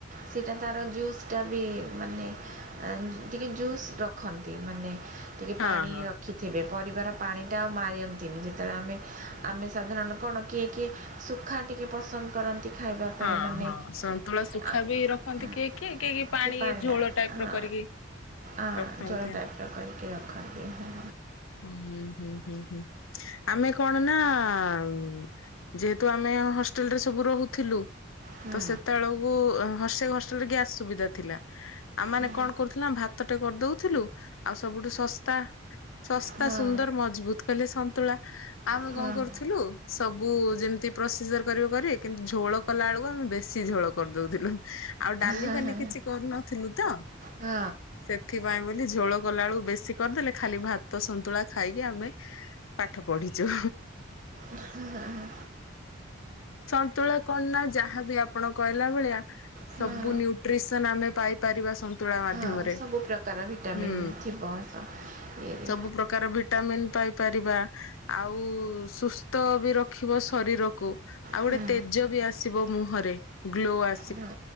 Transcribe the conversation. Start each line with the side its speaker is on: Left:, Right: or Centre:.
Right: ସେଇଟା ତାର ଜୁସ୍ ଟା ବି ମାନେ ଏଁ, ଟିକେ ଜୁସ୍ ରଖନ୍ତି। ମାନେ ଟିକେ
Left: ହଁ
Right: ପାଣି
Left: ହଁ
Right: ର ଖିଥିବେ, ପରିବାର ପାଣିଟା ଆଉ ମାରନ୍ତିନି, ଯେତେବେଳେ ଆମେ ଆମେ ସାଧାରଣ କଣ କିଏ କିଏ ସୁଖାନ୍ତି। କିଏ ପସନ୍ଦ କରନ୍ତି ଖାଇବା ପାଇଁ,
Left: ହଁ
Right: ମାନେ
Left: ହଁ ସନ୍ତୁଳା ଶୁଖା
Right: ଆଉ
Left: ବି ରଖନ୍ତି
Right: ଉଁ,
Left: କିଏ କିଏ ପାଣି
Right: କିଏ ପାଣିଆ
Left: ଝୋଳ
Right: ହଁ।
Left: ଟାଇପ ର କରିକି
Right: ଆଁ,
Left: ରଖନ୍ତି
Right: ଜଳ ଟାଇପ୍ ର କରିକି ରଖନ୍ତି ହଁ।
Left: ଆମୁ ହୁଁ, ହୁଁ, ହୁଁ ଆମେ କଣ ନା ଆଉ ଯେହେତୁ ଆମେ ହଷ୍ଟେଲ୍ ରେ ସବୁ ରହୁଥିଲୁ।
Right: ହୁଁ
Left: ତ ସେତେବେଳକୁ ଅଁ, ସେ ହଷ୍ଟେଲ ରେ ଗ୍ୟାସ୍ ସୁବିଧା ଥିଲା। ଆମେ ମାନେ
Right: ହୁଁ।
Left: କଣ କରୁଥିଲୁ ନା ଭାତ ଟେ କରିଦଉଥିଲୁ। ଆଉ ସବୁଠୁ ଶସ୍ତା ଶସ୍ତା
Right: ହଁ
Left: ସୁନ୍ଦର ମଜବୁତ୍ କହିଲେ ସନ୍ତୁଳା। ଆମେ
Right: ହଁ
Left: କଣ କରୁଥିଲୁ ସବୁ ଯେମିତି ପ୍ରୋସିଜରୂ କରିବେ କରିବେ। କିନ୍ତୁ ଝୋଳ କଲା ବେଳକୁ ଆମେ ବେଶୀ ଝୋଳ କରିଦଉଥିଲୁ। ଆଉ ଡାଲି
Right: ହଁ
Left: ଫାଲି କିଛି କରୁନଥିଲୁ ତ।
Right: ହଁ
Left: ସେ ଥିପାଇଁ ବୋଲି ଝୋଳ କଲା ବେଳକୁ ବେଶୀ କରିଦେଲେ। ଖାଲି ଭାତ ସନ୍ତୁଳା ଖାଇକି ଆମେ ପାଠ ପଢିଚୁ।
Right: ହଁ, ହଁ।
Left: ସନ୍ତୁଳା କଣ ନା ଯାହାବି ଆପଣ କହିଲା ଭଳିଆ
Right: ହଁ
Left: ସବୁ ନ୍ୟୁଟ୍ରିସନ୍ ଆମେ ପାଇ ପାରିବା ସନ୍ତୁଳା ମାଧ୍ୟମରେ।
Right: ହଁ ସବୁ ପ୍ରକାର ଭିଟାମିନ୍
Left: ହୁଁ,
Right: ଥିବ ସ ଇଏରେ
Left: ସବୁ ପ୍ରକାର ଭି ଟାମିିନ୍ ପାଇପାରିବା ଆଉ ସୁସ୍ଥ ବି ରଖିବ ଶରୀରକୁ। ଆଉ
Right: ହୁଁ
Left: ଗୋଟେ ତେଜ ବି ଆସିବ ମୁହଁରେ। ଗ୍ଲୋ ଆ
Right: ହଁ,